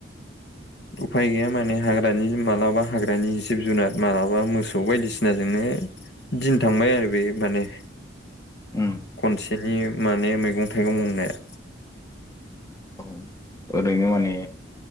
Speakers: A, on the left; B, on the left.
A: उफाय गैया माने हाग्रानि मालाबा हाग्रानि जिब-जुनार मालाबा मोसौ बायदिसिनाजोंनो दिन थांबाय आरो बे माने
B: उम
A: खनसेनि माने मैगं-थाइगं मावनाया
B: औ ओरैनो माने